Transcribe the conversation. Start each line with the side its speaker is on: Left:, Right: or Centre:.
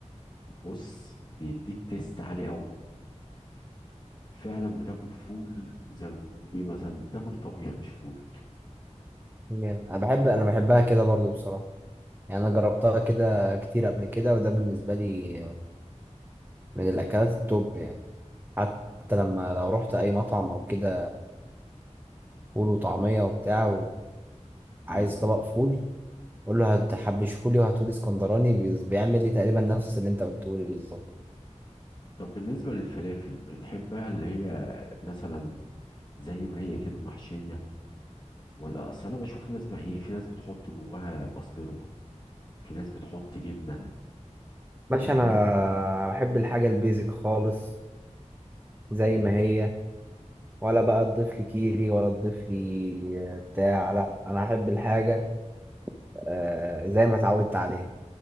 Left: بص بيديك تيست عالي قوي فعلا بتاكل فول زي ما بيقولوا ايه مثلا بتاكل طبيخ مش فول
Right: جامد. انا بحب انا بحبها كده برضو بصراحة يعني انا جربتها كده كتير قبل كده وده بالنسبة لي من الاكلات التوب يعني حتى لما لو رحت اي مطعم او كده فول وطعمية وبتاع
Left: مم.
Right: وعايز طبق فول قول له هتحبش فولي وهاتولي اسكندراني بي- بيعمل لي تقريبا نفس اللي انت قلته لي بالظبط
Left: طب بالنسبة للفلافل بتحبها اللي هي مثلا زي ما هي كده محشية ولا أصل أنا بشوف ناس بقى إيه في ناس بتحط جواها بسطرمة في ناس بتحط جبنة واخد
Right: باشا انا
Left: بالك
Right: بحب الحاجة البيزك خالص زي
Left: مم.
Right: ما هي ولا بقى تضيف لي كيري ولا تضيف لي آه، بتاع لا انا احب الحاجه آه، زي ما اتعودت عليها